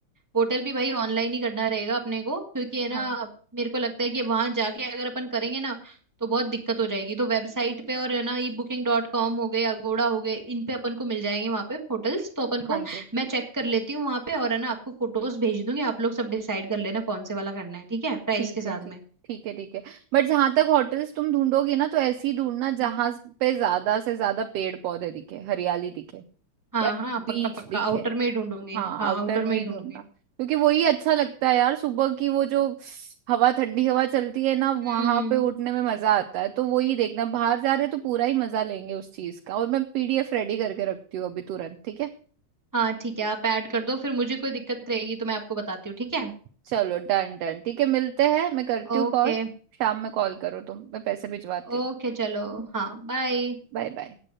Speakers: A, on the right; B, on the right.
A: होटल भी भाई ऑनलाइन ही करना रहेगा अपने को क्योंकि है ना
B: हाँ
A: मेरे को लगता है कि वहां जाके अगर अपन करेंगे ना तो बहुत दिक्कत हो जाएगी तो वेबसाइट पे और है ना ये बुकिंग डॉट कॉम हो गए अगोड़ा हो गए इन पे अपन को मिल जाएंगे वहां पे होटल्स तो अपन
B: हाँ
A: को
B: जी
A: मैं चेक कर लेती हूँ वहां पे और है ना आपको फोटोज भेज दूंगी आप लोग सब डिसाइड कर लेना कौन से वाला करना है ठीक है प्राइस
B: ठीक
A: के साथ
B: है ठीक
A: में
B: ठीक है ठीक है बट जहां तक होटल्स तुम ढूंढोगी ना तो ऐसी ढूंढना
A: हम्म।
B: जहां पे ज्यादा से ज्यादा पेड़ पौधे दिखे हरियाली दिखे
A: हाँ
B: या
A: हाँ पक्का
B: बीच
A: पक्का
B: दिखे
A: आउटर में ही ढूंढूंगी
B: हाँ
A: हाँ
B: आउटर
A: आउटर में
B: में
A: ही
B: ही ढूंढना
A: ढूंढूंगी
B: क्योंकि वही अच्छा लगता है यार सुबह की वो जो हवा ठंडी हवा चलती है ना वहां
A: हम्म
B: पे उठने में मजा आता है तो वही देखना बाहर जा रहे हैं तो पूरा ही मजा लेंगे उस चीज का और मैं पीडीएफ रेडी करके रखती हूँ अभी तुरंत ठीक है
A: हाँ ठीक है आप ऐड कर दो फिर मुझे कोई दिक्कत रहेगी तो मैं आपको बताती हूँ ठीक है
B: चलो डन डन ठीक है मिलते हैं मैं करती
A: ओके
B: हूँ कॉल शाम में कॉल करो तुम मैं पैसे भिजवाती हूँ
A: ओके चलो हाँ बाय
B: Bye bye